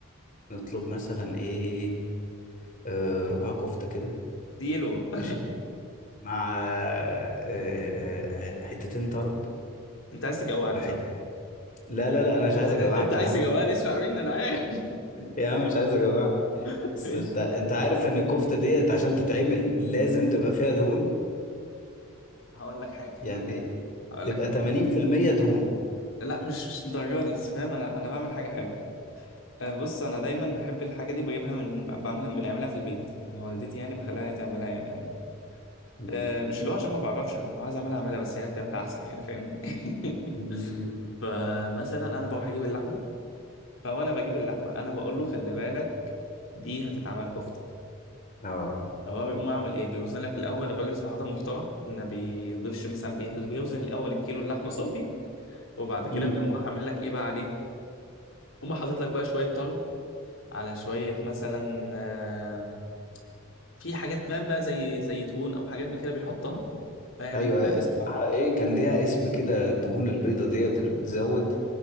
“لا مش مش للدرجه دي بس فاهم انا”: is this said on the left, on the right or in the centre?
Left